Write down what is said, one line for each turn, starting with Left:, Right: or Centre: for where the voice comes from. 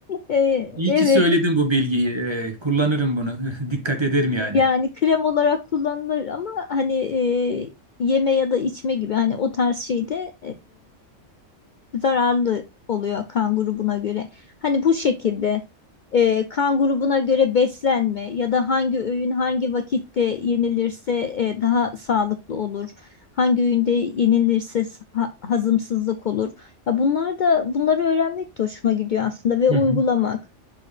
Left: E,
Right: İyi
Left: evet
Right: ki söyledin bu bilgiyi. Ee, kullanırım bunu. <laughs> Dikkat ederim yani.
Left: yani krem olarak kullanılır ama hani e, yeme ya da içme gibi hani o tarz şeyde zararlı oluyor kan grubuna göre. Hani bu şekilde e, kan grubuna göre beslenme ya da hangi öğün hangi vakitte yenilirse e, daha sağlıklı olur. Hangi öğünde yenilirse s- ha- hazımsızlık olur. Ya bunlar da bunları öğrenmek de hoşuma gidiyor aslında ve uygulamak.
Right: Hı hı.